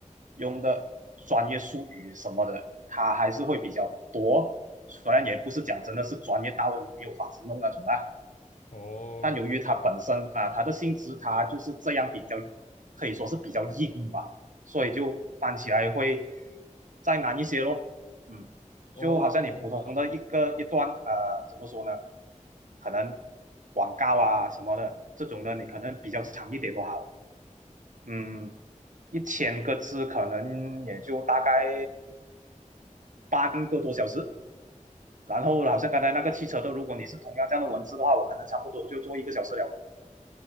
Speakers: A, on the right; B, on the left.
A: 用的专业术语什么的，它还是会比较多。虽然也不是讲真的是专业到你没有法子弄那种啊，
B: 哦
A: 但由于它本身啊、呃它的性质它就是这样比较，可以说是比较硬吧，所以就翻起来会再难一些咯。嗯，
B: 哦啊
A: 就好像你普通的一个一段呃，怎么说呢？可能广告啊什么的这种呢，你可能比较长一点都好。嗯，一千个字可能也就大概半个多小时。然后好像刚才那个汽车的，如果你是同样这样的文字的话，我可能差不多就做一个小时了。